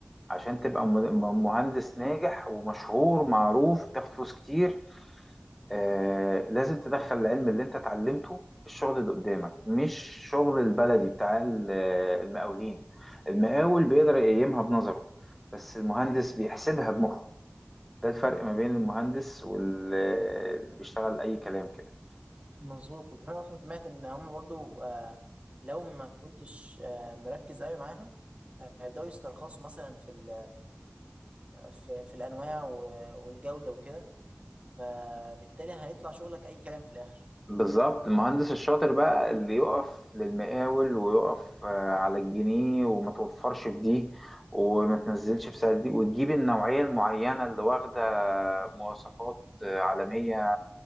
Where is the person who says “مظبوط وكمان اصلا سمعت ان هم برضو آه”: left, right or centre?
Right